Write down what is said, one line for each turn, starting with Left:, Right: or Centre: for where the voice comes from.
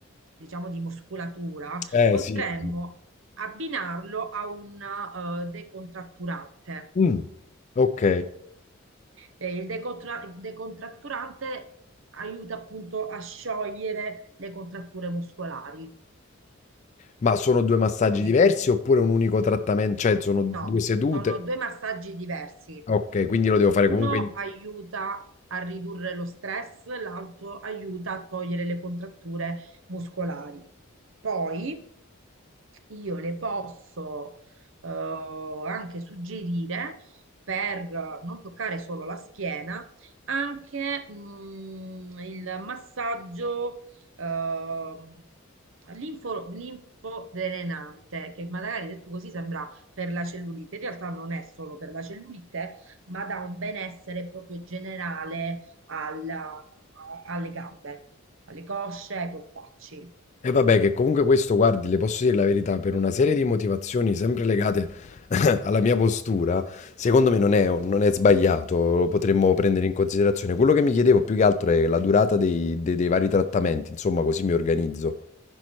Right: diciamo, di muscolatura,
Left: Eh,
Right: potremmo
Left: sì, sì.
Right: abbinarlo a un eh, decontratturante.
Left: Mm, ok.
Right: Eh, il decontra- decontratturante aiuta appunto a sciogliere le contratture muscolari.
Left: Ma sono due massaggi
Right: Quindi
Left: diversi oppure un unico trattamento? Cioè, sono due
Right: No,
Left: sedute?
Right: sono due massaggi diversi.
Left: Ok, quindi lo devo
Right: Uno
Left: fare comunque. in-
Right: aiuta a ridurre lo stress, l'altro aiuta a togliere le contratture muscolari. Poi io le posso eh, anche suggerire per non toccare solo la schiena, anche mm, il massaggio ehm, linfo, linfodrenante, che magari detto così sembra per la cellulite. In realtà non è solo per la cellulite, ma dà un benessere proprio generale alla- alle gambe, alle cosce, ai polpacci.
Left: E vabbè, che comunque questo, guardi, le posso dire la verità, per una serie di motivazioni sempre legate <laughs> alla mia postura, secondo me non è, non è sbagliato, lo potremmo prendere in considerazione. Quello che mi chiedevo più che altro è la durata dei, dei dei vari trattamenti, insomma, così mi organizzo.